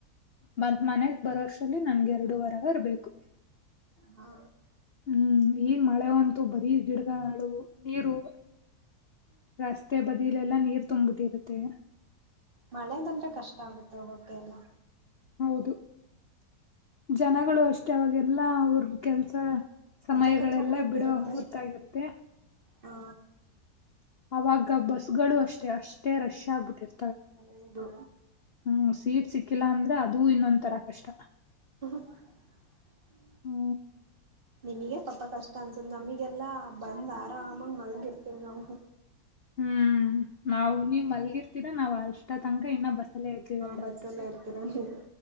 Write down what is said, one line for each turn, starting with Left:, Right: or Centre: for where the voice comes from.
Left: ಬಂತ್ ಮನೆಗೆ ಬರೋಷ್ಟ್ರಲ್ಲಿ ನನ್ಗೆರಡೂವರ್ ಅವರ್ಬೇಕು.
Right: ಹಾ
Left: ಹ್ಮ್ ಈ ಮಳೆ ಂತು ಬರೀ ಗಿಡಗಳು ನೀರು ರಸ್ತೆ ಬದಿಲೆಲ್ಲ ನೀರ್ ತುಂಬಿಟ್ಟಿರುತ್ತೆ
Right: ಮಳೆ ಬಂದ್ರೆ ಕಷ್ಟ ಆಗುತ್ತೆ ಹೋಗೋಕ್ಕೆ ಎಲ್ಲ.
Left: ಹೌದು ಜನಗಳು ಅಷ್ಟೆ ಅವಾಗೆಲ್ಲಾ ಅವ್ರ ಕೆಲ್ಸ ಸಮಯಗಳೆಲ್ಲ
Right: ಕಚ್ಚ ಕಚ್ಚ ಅಂತಿರುತ್ತೆ
Left: ಬಿಡೋ ಹೊತ್ತಾಗಿರುತ್ತೆ.
Right: ಹಾ
Left: ಅವಾಗ ಬಸ್ಗಳು ಅಷ್ಟೇ ಅಷ್ಟೇ ರಶ್ ಆಗ್ಬುಟ್ಟಿರ್
Right: ಹೌದು
Left: ಹ್ಮ್ ಸೀಟ್ ಸಿಕ್ಕಿಲ್ಲಾ ಅಂದ್ರೆ ಅದೂ ಇನ್ನೊಂದ ತರ ಕಷ್ಟ.
Right: <inaudible>
Left: ಹ್ಮ
Right: ನಿಮಿಗೆ ಪಾಪ ಕಷ್ಟ ಅಂತಸ್ದ ನಮಿಗೆಲ್ಲ ಬಂದು ಆರಾಮಾಗಿ ಮಲಗಿರ್ತೇವಿ ನಾವು.
Left: ಹ್ಮ್ ನಾವು ನೀವ್ ಮಲ್ಗಿರ್ ರ್ತೀರಾ ನಾವ್ ಅಷ್ಟ ತನಕ ಇನ್ನ ಬಸ್ಸಲ್ಲೇ ಇರ್ತೀವಿ ಎರಡ
Right: ಬಸ್ಸಲ್ಲೇ
Left: ಅವರ್
Right: ಇರ್ತೀರ ನೀವು